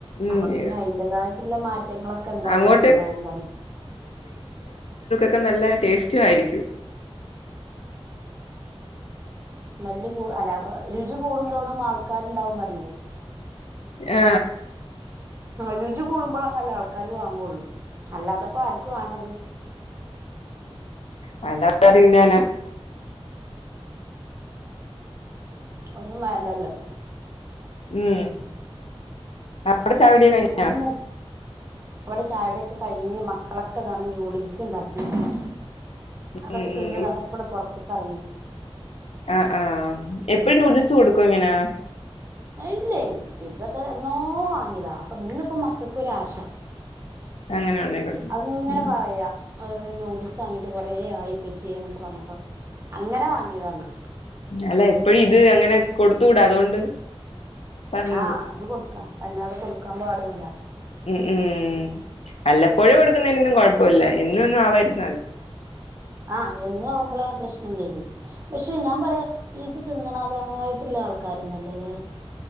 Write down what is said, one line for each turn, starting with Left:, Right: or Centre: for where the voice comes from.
Left: ഉം
Right: അപ്പൊ പിന്നെ അതിന്റെതായിട്ടുള്ള മാറ്റങ്ങളൊക്കെ എന്തായാലും
Left: അങ്ങോട്ട്
Right: ഉണ്ടാവും പറയും
Left: ഒക്കെ നല്ല ടേസ്റ്റും ആയിരിക്കും
Right: സ്മെല് കൂ അല രുചി കൂടുന്തോണും ആൾക്കാരുണ്ടാവും പറയില്ലേ
Left: ആ
Right: രുചി കൂടുമ്പോൾ നല്ല ആൾക്കാര് വാങ്ങുള്ളൂ അല്ലാത്ത ഇപ്പൊ ആർക്ക് വേണത്
Left: വേണ്ടാത്ത ആര് തിന്നാന
Right: ഒന്നും വേണ്ടല്ലോ
Left: ഉം അവിടെ ചായ കുടിയൊക്കെ കഴിഞ്ഞോ
Right: അങ്ങനൊന്നും അവിടെ ചായുടിയൊക്കെ കഴിഞ്ഞ് മക്കളൊക്കെ അതാണ് നുഡിൽസ് ഉണ്ടാക്കിക്കണ് അതൊക്കെ
Left: ഉം ഉം
Right: തിന്ന് താണ്ട് പ്പള് പുറത്തക്ക് ഇറങ്ങി
Left: ആ ആ എപ്പഴും നൂഡിൽസ് കൊടുക്കുവോ ഇങ്ങനെ
Right: ഇല്ലേ ഇപ്പത്തെ എന്നോ വാങ്ങിയതാ അപ്പൊ ഇന്ന്പ്പ മക്കൾക്കൊരാശ
Left: അങ്ങനെ ഉണ്ടായി കൊടുക്ക
Right: അതിങ്ങനെ
Left: മ്
Right: പറയാ നൂഡിൽസ് വാങ്ങിട്ട് കുറേ ആയിപ്പച്യേ എന്നൊക്കെ പറഞ്ഞപ്പ അങ്ങനെ വാങ്ങിയതാന്ന്
Left: അല്ല എപ്പഴും ഇത് അങ്ങനെ കൊടുത്തുകൂടാ അതുകൊണ്ട് പറഞ്ഞത്
Right: ആ അത് കൊടുക്ക വല്ലാതെ കൊടുക്ക ടുക്കാൻ പാടുല്ല
Left: ഉം ഉം ഉ വല്ല പോഴും കൊടുക്കുന്നതിന് ഒന്നും കൊഴപ്പവില്ല എന്നും എന്നും ആവാതിരുന്നതി
Right: ആ എന്നും ആവുമ്പോളാണ് പ്രശ്നം വരി പക്ഷെ ഞാൻ പറയാ ഇത് തിന്നണതായിട്ടുള്ള ആൾക്കാരുണ്ടല്ലേല്ലെ